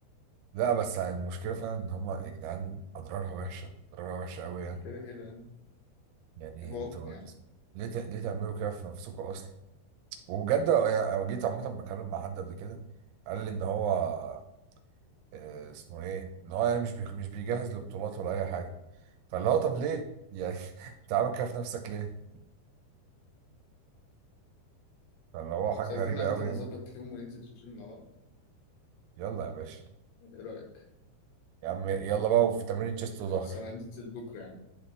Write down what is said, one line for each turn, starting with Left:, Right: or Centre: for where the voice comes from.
Right: لا بس المشكله فعلا ان هم يا جدعان اضرارها وحشه اضرارها وحشه قوي يعني
Left: كده كده يعني
Right: يعني
Left: يبقى
Right: انتوا
Left: عقم يعني
Right: ليه ت... ليه تعملوا كده في نفسكم اصلا وبجد أنا جيت عامه بكلم مع حد قبل كده قال لي ان هو آه، اسمه ايه ان هو يعني مش بي... مش بيجهز لبطولات ولا اي حاجه فاللي هو طب ليه يعني <laughs> انت عامل كده في نفسك ليه فاللي هو حاجه
Left: بس عايزين
Right: غريبه
Left: عامة
Right: قوي
Left: نظبط
Right: يعني
Left: يوم وننزل الجيم مع بعض
Right: يلا يا باشا
Left: ايه رأيك؟
Right: يا عم يلا بقى وفي تمرين تشيست وظهر
Left: خلصانة ننزل بكرة يعني